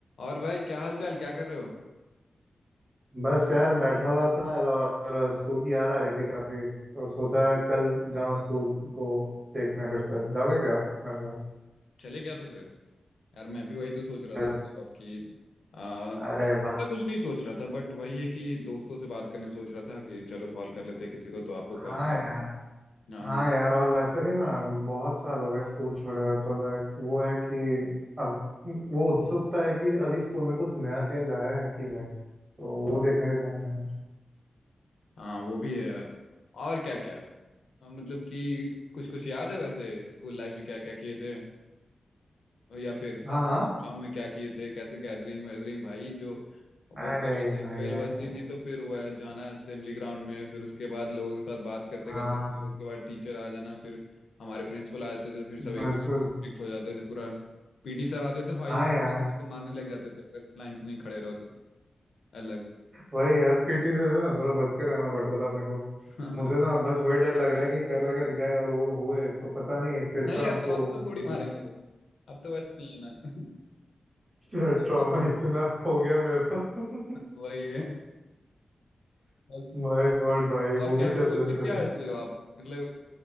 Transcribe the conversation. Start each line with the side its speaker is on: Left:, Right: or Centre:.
Left: और भाई क्या हाल चाल क्या कर रहे हो
Right: बस यार बैठा हुआ था और, और स्कूल की याद आ रही थी काफी तो सोचा कल जाऊं स्कूल को देखने फिर से जाओगे क्या मेरे साथ
Left: चले क्या तो फिर यार मैं भी वही तो सोच रहा
Right: कल
Left: था तो बहुत कि आ,
Right: अरे वाह
Left: मैं कुछ नहीं सोच रहा था बट वही है कि दोस्तों से बात करने सोच रहा था कि चलो कॉल कर लेते हैं किसी को तो आपको
Right: हाँ
Left: कॉल किया
Right: यार
Left: हाँ
Right: हाँ यार और वैसे भी ना बहुत साल हो गए स्कूल छोड़े हुए तो लाइक वो है कि अब वो उत्सुकता है कि अभी स्कूल में कुछ नया चेंज आया है कि नहीं तो वो देखने भी जाना है यार
Left: हाँ वो भी है यार और क्या क्या मतलब कि कुछ कुछ याद है वैसे स्कूल लाइफ में क्या क्या किए थे या फिर
Right: हाँ
Left: ऐसे
Right: हाँ
Left: ग्राउंड में क्या किए थे कैसे गैदरिंग वैदरिंग भाई जो वो
Right: अरे
Left: पहले
Right: भाई
Left: बेल
Right: भाई
Left: बजती
Right: भाई
Left: थी तो फिर वह जाना असेंबली ग्राउंड में फिर उसके बाद लोगों के साथ बात करते
Right: हाँ
Left: करते फिर उसके बाद टीचर आ जाना फिर हमारे प्रिंसिपल आ जाते थे फिर सब एक
Right: बिल्कुल
Left: स्ट्रिक्ट हो जाते थे पूरा पीटी सर आते थे भाई
Right: हाँ यार
Left: आते तो मारने लग जाते थे अगर लाइन पे नहीं खड़े रहो तो अलग
Right: वही यार पीटी सर से ना थोड़ा बच के रहना पड़ता था अपने को
Left: <laughs>
Right: मुझे ना बस वही डर लग रहा है कि कल अगर गए और वो हुए तो पता नहीं फिर
Left: नहीं
Right: से हमको
Left: यार तो अब तो थोड़ी
Right: <laughs>
Left: मारेंगे वो अब तो वैसे नहीं है ना
Right: ट्रॉमा
Left: <laughs> अब तो-
Right: इतना हो गया मेरा <laughs>
Left: वही है बस
Right: माय गॉड भाई
Left: और
Right: वो
Left: क्या
Right: भी क्या
Left: सोच
Right: दिन
Left: कर
Right: थे
Left: क्या
Right: नहीं
Left: हंस रहे हो आप मतलब